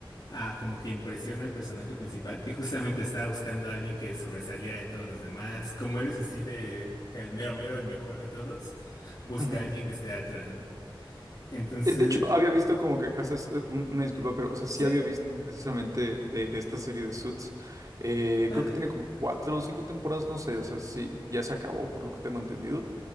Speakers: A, on the left; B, on the right.
A: Ah, como que impresiona al personaje principal, que justamente estaba buscando a alguien que sobresaliera de todos los demás. Como él es así de el mero mero, el mejor de todos, busca
B: ujú.
A: a alguien que esté a la altura, ¿no? Entonces,
B: Eh, De hecho, había visto como que, o sea, es, eh, un- una disculpa, pero, o sea, sí
A: sí,
B: había visto precisamente de, de esta serie de Suits. Eh,
A: ándale,
B: creo que tiene como cuatro o cinco temporadas, no sé, o sea, sí, ya se acabó, por lo que tengo entendido.